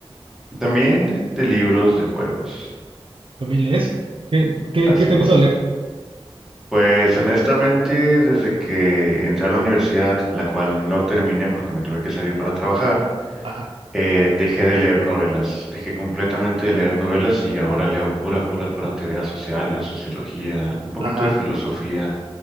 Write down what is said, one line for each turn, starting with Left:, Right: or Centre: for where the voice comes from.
Centre: También de, de libros de juegos.
Right: ¿También lees? ¿Qué, qué,
Centre: Así
Right: qué te gusta
Centre: es.
Right: leer?
Centre: Pues honestamente, desde que entré a la universidad, la cual no terminé porque me tuve que salir para trabajar,
Right: Ajá,
Centre: eh, dejé de leer novelas. Dejé completamente de leer novelas y ahora leo pura, pura, pura teoría social, o sociología, un poquito
Right: ajá.
Centre: de filosofía,